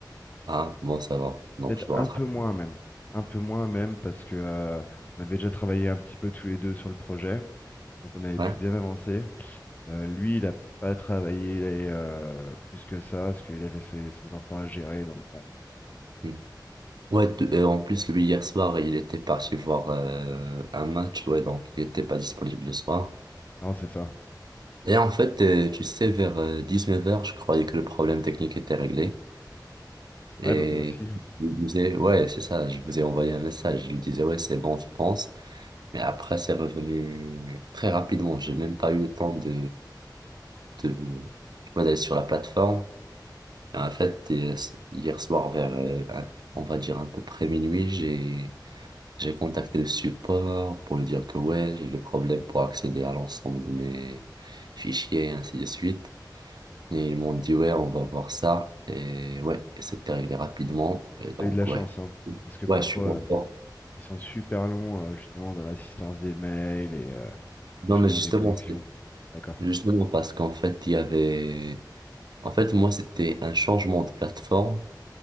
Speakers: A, on the right (about 65°); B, on the left (about 20°).
A: Ah, bon, ça va. Donc,
B: Peut-être
A: je dois
B: un
A: rattraper.
B: peu moins même, un peu moins même parce que euh, on avait déjà travaillé un petit peu tous les deux sur le projet, donc on avait
A: Ouais.
B: pu bien avancer. Euh, lui, il a pas travaillé euh, plus que ça parce qu'il avait ses ses enfants à gérer, donc bon.
A: Hmm. Ouais, t- euh, en plus, lui, hier soir, il était parti voir euh, un match, ouais, donc il était pas disponible le soir.
B: Non, c'est ça.
A: Et en fait, euh, tu sais, vers euh, dix-neuf heures je croyais que le problème technique était réglé. Et
B: Ouais, bah moi aussi.
A: je lui disais, ouais, c'est ça, je vous ai envoyé un message. Je lui disais, ouais, c'est bon, je pense. Mais après, c'est revenu très rapidement. J'ai même pas eu le temps de, de, tu vois, d'aller sur la plateforme. Et en fait, euh, hier soir, vers, euh, un- on va dire à peu près minuit, j'ai, j'ai contacté le support pour lui dire que ouais, j'ai le problème pour accéder à l'ensemble de mes fichiers, et ainsi de suite. Et ils m'ont dit ouais, on va voir ça. Et ouais, c'était réglé rapidement. Et donc,
B: T'as eu de la chance,
A: ouais.
B: hein. Parce que parfois,
A: Ouais, je suis content.
B: euh, ils sont super longs, euh, justement, dans l'assistance des mails et, euh,
A: Non,
B: et justement
A: mais justement,
B: des connexions.
A: c'est
B: D'accord.
A: justement parce qu'en fait, il y avait En fait, moi, c'était un changement de plateforme